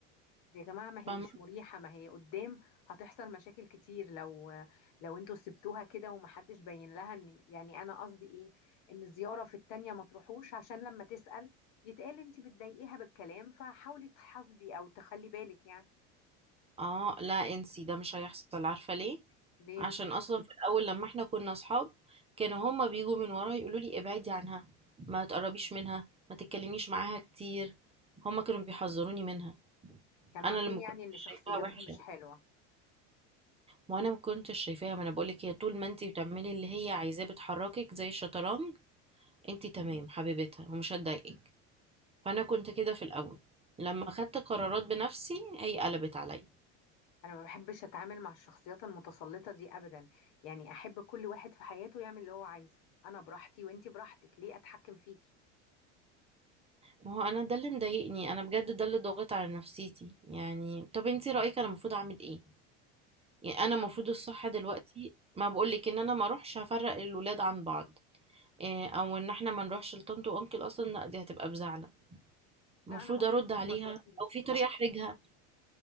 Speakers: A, on the left; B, on the right.
A: يا جماعة ما
B: فاهمه
A: هي مش مريحة ما هي قدام هتحصل مشاكل كتير لو لو انتوا سبتوها كده ومحدش بين لها ان يعني انا قصدي ايه ان زيارة في التانية ما تروحوش عشان لما تسأل يتقال انت بتضايقيها بالكلام فحاولي تحاسبي او تخلي بالك يعني
B: اه لا انسي ده مش هيحصل عارفه ليه
A: ليه
B: عشان اصلا في الاول لما احنا كنا اصحاب كانوا هما بيجوا من ورا يقولوا لي ابعدي عنها ما تقربيش منها ما تتكلميش معاها كتير هما كانوا بيحذروني منها
A: كانوا
B: انا
A: عارفين
B: اللي ما كنتش
A: يعني ان
B: شايفاها
A: شخصيتها
B: وحشه
A: مش حلوة
B: ما انا ما كنتش شايفاها ما انا بقولك هي طول ما انت بتعملي اللي هي عايزاه بتحركك زي الشطرنج انت تمام حبيبتها ومش هتضايقك فانا كنت كده في الاول لما خدت قرارات بنفسي هي قلبت عليا
A: انا ما بحبش اتعامل مع الشخصيات المتسلطة دي ابدا يعني احب كل واحد في حياته يعمل اللي هو عايزه انا براحتي وانت براحتك ليه اتحكم فيكي
B: ما هو انا ده اللي مضايقني انا بجد ده اللي ضاغط على نفسيتي يعني طب انت رايك انا المفروض اعمل ايه يعني انا
A: انا
B: المفروض الصح دلوقتي ما بقولك ان انا ما اروحش افرق الولاد عن بعض إيه، او ان احنا ما نروحش لطنط وانكل اصلا لا دي هتبقى بزعل
A: لا
B: المفروض
A: انا ما اقصدش
B: ارد عليها
A: ما تروحيش
B: او في طريقه احرجها